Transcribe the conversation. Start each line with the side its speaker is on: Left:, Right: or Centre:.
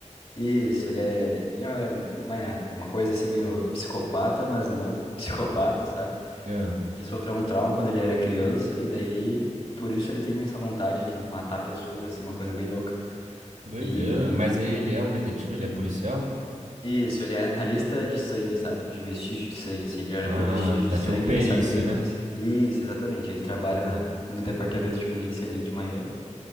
Left: Isso, ele é, ele é uma, é uma coisa assim meio psicopata, mas não <laughs> psicopata, sabe?
Right: Ah,
Left: Ele sofreu um trauma quando ele era criança e daí por isso ele tem essa vontade de matar pessoas, assim, uma coisa bem louca.
Right: que doideira.
Left: E
Right: Mas aí ele é um detetive, ele é policial?
Left: Isso, ele é analista de sangue, sabe? De vestígio de sangue, assim. Ele olha
Right: Ah,
Left: pro vestígio
Right: tá
Left: de sangue
Right: tipo perícia,
Left: e ele sabe o que aconteceu.
Right: né?
Left: Isso, exatamente. Ele trabalha
Right: Pode crer.
Left: na- no departamento de polícia ali de Miami.